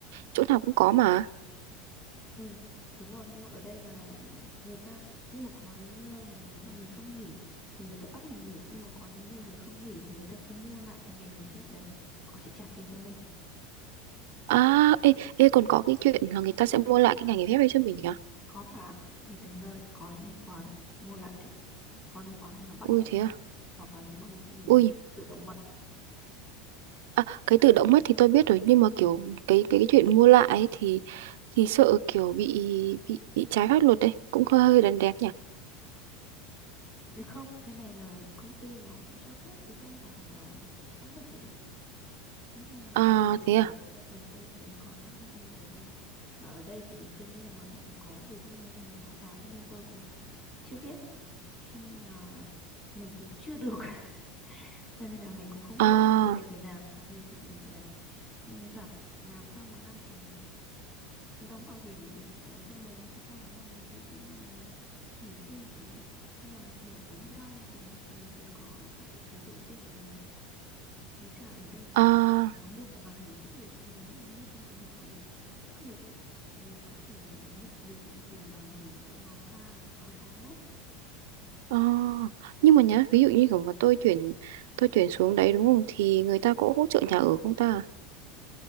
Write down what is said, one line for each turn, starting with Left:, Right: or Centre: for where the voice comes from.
Right: chỗ nào cũng có mà
Left: ừ đúng rồi nhưng mà ở đây là người ta nhưng mà có những nơi là nếu mà mình không nghỉ thì người ta bắt mình nghỉ nhưng mà có những nơi người không nghỉ thì người ta sẽ mua lại cái ngày nghỉ phép đấy họ sẽ trả tiền cho mình
Right: à ê, ê còn có cái chuyện là người ta sẽ mua lại cái ngày nghỉ phép ấy cho mình nhỉ
Left: có bà ạ. tùy từng nơi có những cái quán mua lại đấy có liên quan nên là bắt
Right: ui
Left: buộc
Right: thế
Left: phải nghỉ
Right: à
Left: hoặc là nếu mà mình không nghỉ
Right: ui
Left: thì mình sẽ tự động mất
Right: à, cái tự động mất thì tôi biết rồi nhưng mà kiểu cái cái, cái chuyện mua lại ấy thì thì sợ kiểu bị bị bị trái pháp luật đấy cũng hơi hơi đần đét nhỉ
Left: nếu không cái này là công ty nó cũng cho phép chứ không phải là trái pháp luật gì đâu nói chung là
Right: à
Left: tùy từng
Right: thế à
Left: cái ấy đấy ờ tôi thấy có những công ty như thế rồi và ở đây thì tôi nghe nói là cũng có vì tôi nói là một hai tháng cho nên tôi cũng chưa biết cho nên là mình cũng chưa được <laughs> cho nên là mình cũng không
Right: à
Left: biết cụ thể thế nào có gì thì mình ấy. nhưng với cả làm sau một năm thì đóng bảo hiểm bảo hiểm thọ cho mình thì sau một năm nếu ví dụ như là mình nghỉ sinh thì hay là nghỉ ốm đau gì đấy thì vẫn có các cái chế độ riêng của mình mấy cả ở đây là
Right: à
Left: có mua cả bảo hiểm thất nghiệp cho mình ấy. nếu mà trong trường hợp mà bị thất nghiệp ấy thì mình có thể nhận được tiền bảo hiểm trong vòng ba hoặc sáu tháng đấy
Right: à nhưng mà nhá ví dụ như kiểu mà tôi chuyển tôi chuyển xuống đấy đúng không thì người ta có hỗ trợ nhà ở không ta